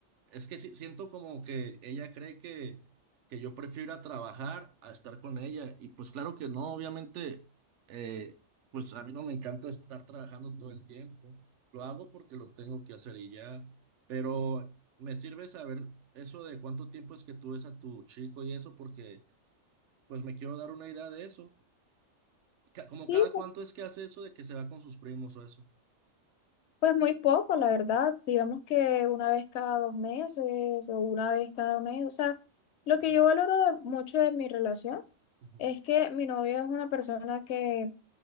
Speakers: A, on the right (about 70°); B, on the left (about 65°).
A: es que sí- siento como que ella cree que, que yo prefiero ir a trabajar a estar con ella. Y pues claro que no, obviamente, eh, pues a mí no me encanta estar trabajando todo el tiempo. Lo hago porque lo tengo que hacer y ya, pero me sirve saber eso de cuánto tiempo es que tú ves a tu chico y eso, porque pues me quiero dar una idea de eso. Ca- Como
B: Sí,
A: cada cuánto es que hace eso de que se va con sus primos o eso.
B: Pues muy poco, la verdad. Digamos que una vez cada dos meses o una vez cada mes. O sea, lo
A: Mm,
B: que yo valoro de- mucho de mi relación
A: ujú,
B: es que mi novio es una persona que,